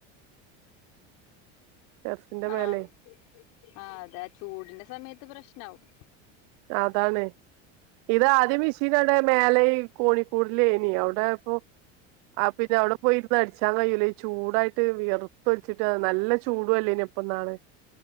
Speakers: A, on the right (about 60°); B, on the left (about 65°).
A: <inaudible>
B: ആഹ്
A: മേലെ
B: ആ അതാ ചൂടിന്റെ സമയത്ത് പ്രശ്നാവും.
A: അതാണ്. ഇത് ആദ്യം മിഷീൻ അടെ മേലെയി കോഴിക്കൂടിലേനി അവിടെ ഇപ്പൊ. ആ പിന്നെ അവിടെ പോയിർന്ന് അടിച്ചാൻ കയൂലാ. ഈ ചൂടായിട്ട് വിയർത്തു ഒലിച്ചിട്ട് നല്ല ചൂ ടും അല്ലേനോ പ്പനാള്.